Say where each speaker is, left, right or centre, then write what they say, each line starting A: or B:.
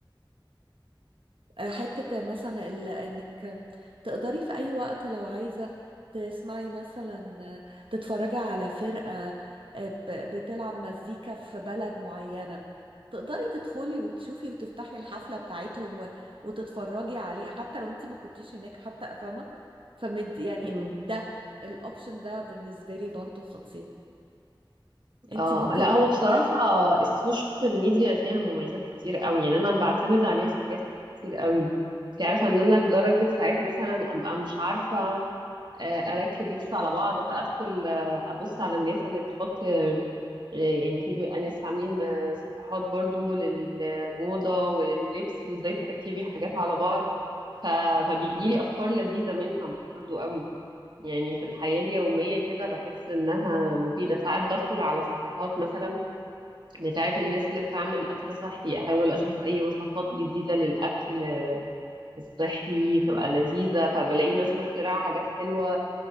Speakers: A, on the right; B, on the right.
A: حتة مثلا ال- انك تقدري في اي وقت لو عايزة تسمعي مثلا تتفرجي على فرقة آه، ب- بتلعب مزيكا في بلد معينة تقدري تدخلي وتشوفي وتفتحي الحفلة بتاعتهم و- وتتفرجي عليه حتى لو انت ما كنتيش هناك حتى فاهمة فمد يعني
B: مم.
A: ده الاوبشن ده بالنسبة لي برضو خطير انت
B: اه
A: ممكن
B: لا
A: تبقي
B: هو بصراحة
A: شايفة
B: السوشيال ميديا فيها مميزات كتير قوي يعني انا بعتمد عليها في حاجات كتير قوي انت عارفة ان انا لدرجة ساعات مثلا ابقى مش عارفة آه، اركب لبس على بعض فادخل آه، ابص على الناس اللي بتحط آه، يعني في بيبقى ناس عاملين آه، صفحات برضو للموضة ولللبس وازاي تركبي حاجات على بعض ف... فبيجيلي افكار لذيذة منها برضو قوي يعني في الحياة اليومية كده بحس إنها مفيدة ساعات بدخل على صفحات مثلا بتاعة الناس اللي بتعمل أكل صحي أحاول أشوف أي وصفات جديدة للأكل الصحي تبقى لذيذة فبلاقي ناس مخترعة حاجات حلوة